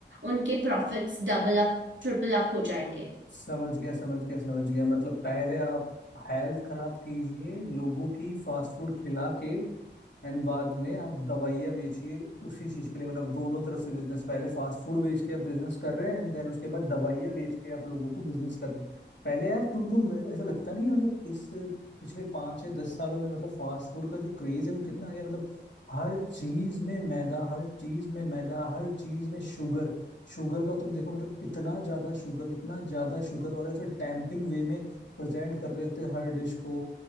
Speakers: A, on the right; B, on the left.
A: उनके profits double up triple up हो जाएंगे
B: समझ गया समझ गया समझ गया मतलब पहले आप हेल्थ खराब कीजिए लोगों की फास्ट फूड खिला के एंड बाद में आप दवाइयाँ बेचिए उसी चीज के लिए मतलब दोनों तरफ से बिजनेस पहले फास्ट फूड बेच के आप बिजनेस कर रहे हैं एंड देन उसके बाद दवाइयाँ बेच के आप लोगों को बिजनेस कर रहे हैं पहले यार तुमको मे- ऐसा लगता नहीं है मतलब इस पिछले पांच या दस सालों में मतलब फास्ट फूड का जो क्रेज है वो कितना आ गया मतलब हर चीज में मैदा हर चीज में मैदा हर चीज में शुगर शुगर का तुम देखो मतलब इतना ज्यादा शुगर इतना ज्यादा शुगर और ऐसे टेम्पटिंग वे में प्रेजेंट कर रहे होते हैं हर डिश को